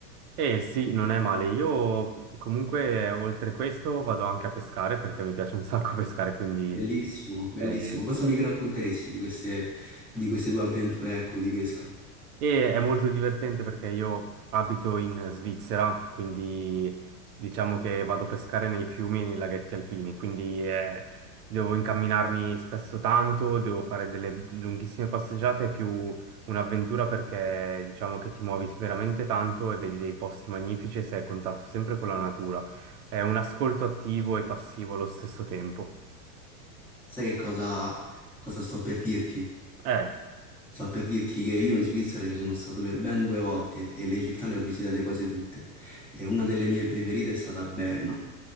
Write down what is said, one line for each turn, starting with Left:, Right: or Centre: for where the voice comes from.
Right: E sì, non è male. Io comunque oltre questo vado anche a pescare perché mi piace un sacco <laughs> pescare, quindi
Centre: Bellissimo, bellissimo.
Right: eh,
Centre: Cosa mi racconteresti di queste, di queste tue avventure, ecco, di pesca?
Right: E è molto divertente perché io abito in Svizzera, quindi diciamo che vado a pescare nei fiumi e nei laghetti alpini, quindi eh, devo incamminarmi spesso tanto, devo fare delle lunghissime passeggiate, è più un'avventura perché diciamo che ti muovi veramente tanto e vedi dei posti magnifici e sei a contatto sempre con la natura. È un ascolto attivo e passivo allo stesso tempo.
Centre: Sai che cosa, cosa sto per dirti?
Right: Eh,
Centre: Sto per dirti che io in Svizzera ci sono stato per ben due volte e le città le ho visitate quasi tutte. E una delle mie preferite è stata Berna.